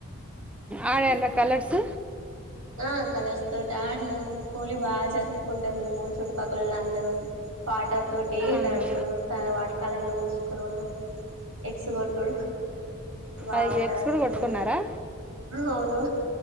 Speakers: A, in the centre; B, on the right.
A: ఆడ ఎంత కలర్స్
B: ఆ కలర్స్ తోటి ఆడినం హోళీ బా జరుపుకుంటాం మేము చుట్టుపక్కలోల్లందరూ పాట తోటి
A: ఆహా
B: తాడుచాడు క వాట్ కలర్లు పూసుకునుడు ఎగ్స్ కొట్టుడు బాగుంటాదండి
A: అవి ఎగ్స్ కూడా కొట్టుకున్నారా
B: పూలి అవును